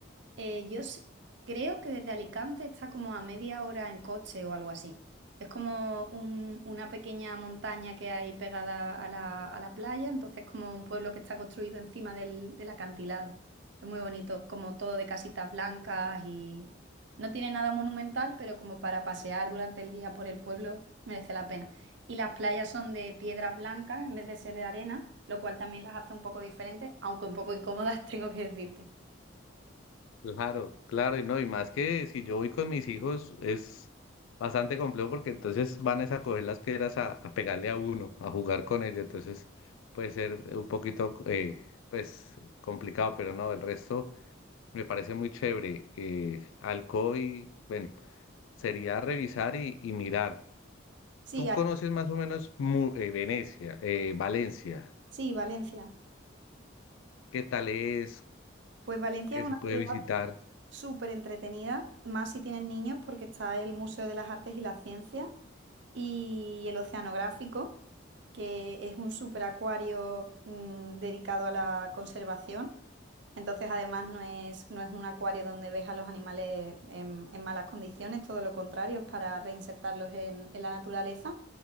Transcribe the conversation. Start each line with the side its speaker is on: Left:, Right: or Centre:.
Right: Eh, yo s- creo que desde Alicante está como a media hora en coche o algo así. Es como un- una pequeña montaña que hay pegada a la, a la playa, entonces como un pueblo que está construido encima del, del acantilado. Es muy bonito, como todo de casitas blancas y no tiene nada monumental, pero como para pasear durante el día por el pueblo merece la pena. Y las playas son de piedras blancas en vez de ser de arena, lo cual también las hace un poco diferentes, aunque un poco incómodas, <laughs> tengo que decirte.
Left: Claro, claro, y no, y más que si yo voy con mis hijos es bastante complejo porque entonces van es a coger las piedras a, a pegarle a uno, a jugar con ellos, entonces puede ser un poquito, eh, pues, complicado, pero no, el resto. Me parece muy chévere. Eh, Alcoy, bueno, sería revisar y, y mirar.
Right: Sí,
Left: Tú conoces más o menos Mu- eh, Venecia, eh, Valencia.
Right: Sí, Valencia.
Left: ¿Qué tal es?
Right: Pues Valencia
Left: ¿Qué
Right: es una
Left: se puede
Right: ciudad
Left: visitar?
Right: súper entretenida, más si tienes niños, porque está el Museo de las Artes y las Ciencias y el Oceanográfico, que es un superacuario acuario dedicado a la conservación. Entonces, además, no es, no es un acuario donde ves a los animales en, en malas condiciones, todo lo contrario, es para reinsertarlos en, en la naturaleza.